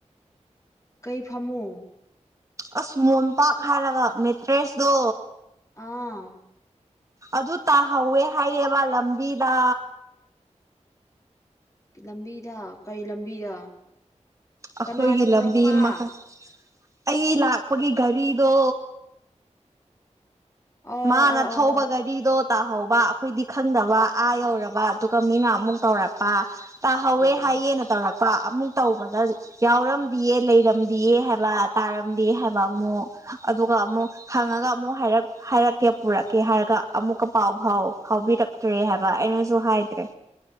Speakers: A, on the left (about 25°); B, on the right (about 25°).
A: ꯀꯩ ꯐꯃꯨꯡ
B: ꯑꯁ ꯃꯣꯝꯄꯥꯛ ꯍꯥꯏꯔꯒ ꯃꯦꯇ꯭ꯔꯦꯁꯇꯣ
A: ꯑꯥ
B: ꯑꯗꯨ ꯇꯥꯍꯧꯋꯦ ꯍꯥꯏꯌꯦꯕ ꯂꯝꯕꯤꯗ
A: ꯂꯝꯕꯤꯗ ꯀꯩ ꯂꯝꯕꯤꯗ
B: ꯑꯩꯈꯣꯏꯒꯤ
A: ꯀꯅꯥꯅ ꯄꯨꯔꯛꯄ
B: ꯂꯝꯕꯤ ꯃꯈꯥ ꯑꯩ ꯂꯥꯛꯄꯒꯤ ꯔꯤꯗꯣ
A: ꯑꯣ
B: ꯃꯥꯅ
A: ꯑꯣ ꯑꯣ ꯑꯣ ꯑꯣ ꯑꯣ ꯑꯣ ꯑꯣ ꯑꯣ ꯑꯣ
B: ꯊꯧꯕ ꯒꯥꯔꯤꯗꯣ ꯇꯥꯍꯧꯕ ꯑꯩꯈꯣꯏꯗꯤ ꯈꯪꯗꯕ ꯑꯥ ꯌꯧꯔꯕ ꯑꯗꯨꯒ ꯃꯤꯅ ꯑꯃꯨꯛ ꯇꯧꯔꯛꯄ ꯇꯥꯍꯧꯋꯦ
A: ꯑꯣ ꯑꯣ ꯑꯣ
B: ꯍꯥꯏꯌꯦꯅ
A: ꯑꯣ
B: ꯇꯧꯔꯛꯄ ꯑꯃꯨꯛ ꯇꯧꯕꯗ ꯌꯥꯎꯔꯝꯗꯑ ꯂꯩꯔꯝꯗꯑ ꯍꯥꯏꯕ ꯇꯥꯔꯝꯗꯦ ꯍꯥꯏꯕ ꯑꯃꯨꯛ ꯑꯗꯨꯒ ꯑꯃꯨꯛ ꯍꯪꯉꯒ ꯑꯃꯨꯛ ꯍꯥꯏꯔꯛ ꯍꯥꯏꯔꯛꯀꯦ ꯄꯨꯔꯛꯀꯦ ꯍꯥꯏꯔꯒ ꯑꯃꯨꯛꯀ ꯄꯥꯎ ꯐꯥꯎ ꯐꯥꯎꯕꯤꯔꯛꯇ꯭ꯔꯦ ꯍꯥꯏꯕ ꯑꯩꯅꯁꯨ ꯍꯥꯏꯗ꯭ꯔꯦ